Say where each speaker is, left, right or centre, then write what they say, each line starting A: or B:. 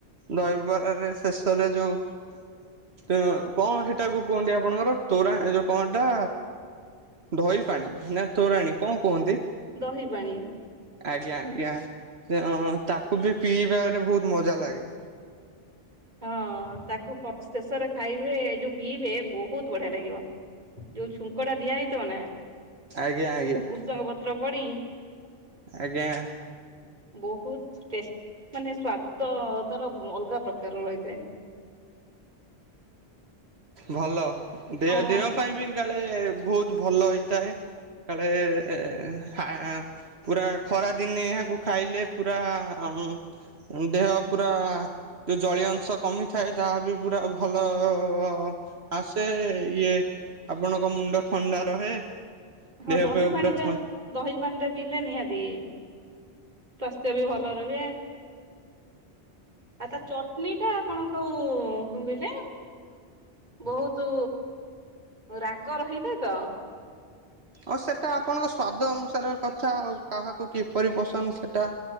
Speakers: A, on the right; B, on the right.
A: ଦହିବରାରେ ଶେଷରେ ଯୋଉ <unintelligible> କଣ ସେଟାକୁ କୁହନ୍ତି ଆପଣଙ୍କର ତୋରା ଏ ଯୋଉ କଣଟା? ଦହି ପାଣି ନା ତୋରାଣୀ କଣ କୁହନ୍ତି?
B: ଦହି ପାଣି।
A: ଆଜ୍ଞା ଆଜ୍ଞା ଅଁ ତାକୁ ବି ପିଇବାରେ ବହୁତ ମଜା ଲାଗେ।
B: ହଁ ତାକୁ ପ ଶେଷରେ ଖାଇବେ ଯୋଉ ପିଇବେ ବହୁତ ବଢିଆ ଲାଗିବ। ଯୋଉ ଛୁଙ୍କ ଟା ଦିଆ ହେଇଥିବ ନା।
A: ଆଜ୍ଞା ଆଜ୍ଞା।
B: ବୃଷଙ୍ଗ ପତ୍ର ପଡ଼ିକି
A: ଆଜ୍ଞା।
B: ବହୁତ ଟେସ୍ ମାନେ ସ୍ଵାଦ ତାର ବ ଅଲଗା ପ୍ରକ କାର ରହିଥାଏ।
A: ଭଲ ଦେହ
B: ହଁ
A: ଦେହ ପାଇଁ ବି କାଳେ ବହୁତ ଭଲ ହେଇଥାଏ। କାଳେ ଏଁ ହାଁ ପୁରା ଖରାଦିନେ ଏହାକୁ ଖାଇଲେ ପୁରା ଅଅମ୍ ଉଁ ଦେହ ପୁରା ଯୋଉ ଜଳୀୟ ଅଂଶ କମିଥାଏ ତାହା ବି ପୁରା ଭଲ ଅ ଅ ଆସେ ଇଏ ଆପଣଙ୍କ ମୁଣ୍ଡ ଥଣ୍ଡା ରହେ।
B: ହଁ
A: ଦେହ
B: ଦହି
A: ପେହ
B: ପାଣି
A: ପୁରା
B: ଟା
A: ଥ
B: ଦହି ପାଣି ଟା ପିଇଲେ ନିହାତି ସ୍ୱାସ୍ଥ୍ୟ ବି ଭଲ ରୁହେ। ଆ ତା ଚଟଣି ଟା ଆପଣଙ୍କୁ କଂ କହିଲେ? ବହୁତୁ ରାଗ ରହିଥାଏ ତ
A: ଅ ସେଟା ଆପଣଙ୍କ ସ୍ଵାଦ ଅନୁସାରେ କଥା ଆଉ କାହାକୁ କିପରି ପସନ୍ଦ ସେଟା